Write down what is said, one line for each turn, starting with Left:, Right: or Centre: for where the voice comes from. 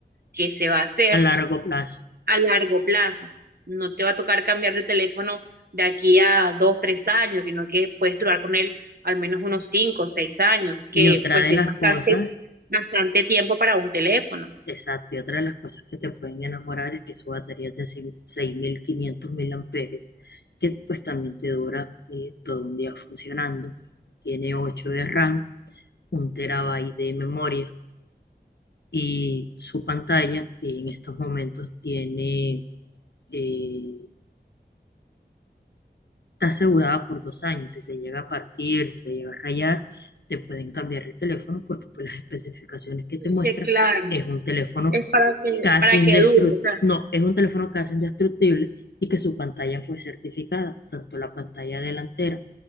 Right: que se va a hacer
Left: a largo plazo.
Right: a largo plazo. No te va a tocar cambiar de teléfono de aquí a dos, tres años, sino que puedes durar con él al menos unos cinco o seis años,
Left: Y
Right: que
Left: otra
Right: pues
Left: de
Right: es
Left: las
Right: bastante,
Left: cosas,
Right: bastante tiempo para un teléfono.
Left: exacto, y otra de las cosas que te pueden enamorar es que su batería es de cin- 6500 mil amperios, que pues también te dura eh, todo un día funcionando. Tiene 8 de RAM, un terabyte de memoria y su pantalla eh, en estos momentos tiene eh, está asegurada por dos años. Si se llega a partir, si se llega a rayar, te pueden cambiar el teléfono porque pues las especificaciones que te muestran
Right: Sí, claro.
Left: es un teléfono
Right: es para que,
Left: casi
Right: para
Left: indestructible,
Right: que dure, o sea,
Left: no, es un teléfono casi indestructible y que su pantalla fue certificada, tanto la pantalla delantera